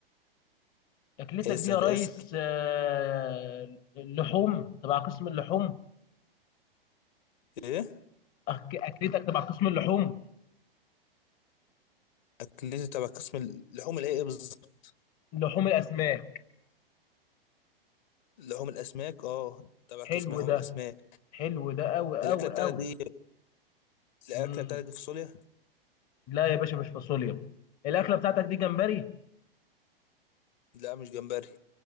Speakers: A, on the left (about 30°); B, on the left (about 50°).
A: اكلتك
B: اسال
A: دي يا ريس
B: اسال
A: آه، اللحوم تبع قسم اللحوم
B: ايه
A: أك- اكلتك تبع قسم اللحوم
B: اكلتي تبع قسم اللحوم اللي هي ايه بالظبط
A: لحوم الاسماك
B: لحوم الاسماك اه تبع قسم
A: حلو
B: لحوم
A: ده
B: الاسماك
A: حلو ده قوي
B: الاكله
A: قوي
B: بتاعتك
A: قوي
B: دي الاكله
A: مم.
B: بتاعتك دي فاصوليا
A: لا يا باشا مش فاصوليا الاكله بتاعتك دي جمبري
B: لا مش جمبري